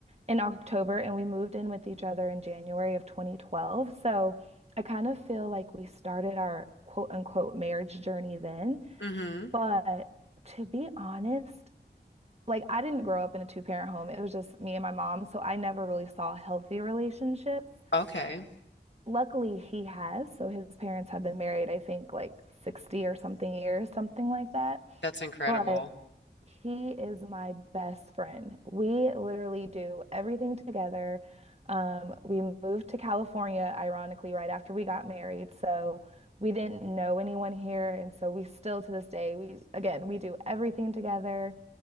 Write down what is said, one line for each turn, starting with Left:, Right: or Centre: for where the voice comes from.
Right: in October and we moved in with each other in January of 2012. So I kind of feel like we started our quote unquote marriage journey then.
Left: Mm-hmm.
Right: But to be honest, like I didn't grow up in a two-parent home. It was just me and my mom, so I never really saw healthy relationships.
Left: Okay.
Right: Luckily, he has. So his parents have been married, I think, like 60 or something years, something like that.
Left: That's incredible.
Right: But he is my best friend. We literally do everything together. Um, we moved to California, ironically, right after we got married. So we didn't know anyone here. And so we still, to this day, we, again, we do everything together.